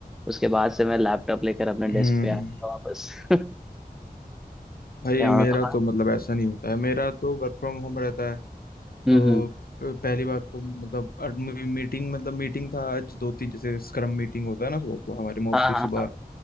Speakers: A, in the centre; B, on the left.
A: उसके बाद से मैं लैपटॉप लेकर अपने डेस्क
B: हम्म
A: पे आ गया वापस <laughs> क्या
B: भाई
A: होना
B: मेरा
A: था
B: तो मतलब ऐसा नहीं होता है मेरा तो वर्क फ्रॉम होम रहता है
A: हम्म
B: तो
A: हम्म
B: प- पहली बात तो मतलब अड- मी- मीटिंग मतलब मीटिंग था आज दो तीन जैसे स्क्रम मीटिंग होता है ना सुबह सुबह हमारे मोस्टली
A: हाँ हाँ
B: सुबह
A: हाँ